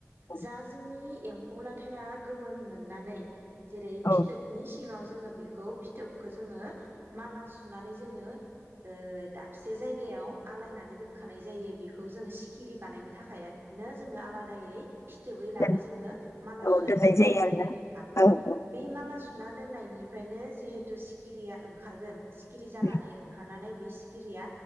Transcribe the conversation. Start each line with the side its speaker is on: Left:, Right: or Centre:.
Left: औ
Right: जा जोंनि। एम्फौ लाथाया गोमोन मोननानै। जेरै
Left: औ
Right: फिथोबनि सिङाव। जोङो बेखौ फिथोबखो जोङो। माला सुनानै जोङो। ओ दाबसे जायगायाव आलायनानै दोन। होखानाय जायो बेखौ जोङो सिखिरि बानायनो थाखायनो जोङो आलादायै। फिथोबै
Left: दोन
Right: लाबोै जोङो माला
Left: औ
Right: सुनानै
Left: दोननाय
Right: दोनखानाय जायो
Left: आरोना
Right: नोंथां
Left: औ औ
Right: बे माला सु सुना दोननायनिफ्रायनो जिहेथु सिखिरिया ओंखारगोन। सिखिरि जानानै
Left: उम,
Right: ओंखारनानै बे सिखिरिया